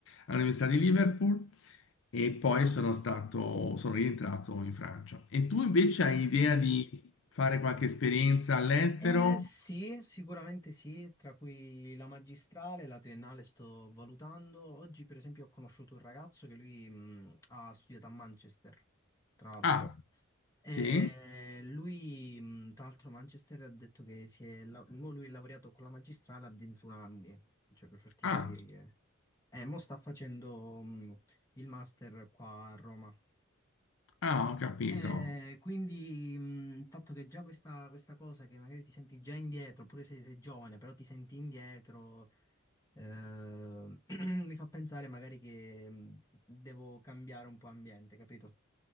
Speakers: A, on the left; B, on the left.
A: all'Università di Liverpool e poi sono stato, sono rientrato in Francia. E tu invece hai idea di fare qualche esperienza all'estero?
B: Eh, sì, sicuramente sì, tra cui la magistrale, la triennale sto valutando. Oggi, per esempio, ho conosciuto un ragazzo che lui mh, ha studiato a Manchester, tra l'altro.
A: Ah,
B: E
A: sì?
B: lui, mh, tra l'altro, a Manchester ha detto che si è, la- mo lui è laureato con la magistrale a 21 anni, cioè per farti
A: Ah,
B: capire che... E mo sta facendo mh, il master qua a Roma.
A: ah, ho capito.
B: Eh, quindi mh, il fatto che già questa, questa cosa che magari ti senti già indietro, oppure se sei giovane, però ti senti indietro, eh, <clears throat> mi fa pensare magari che mh, devo cambiare un po' ambiente, capito?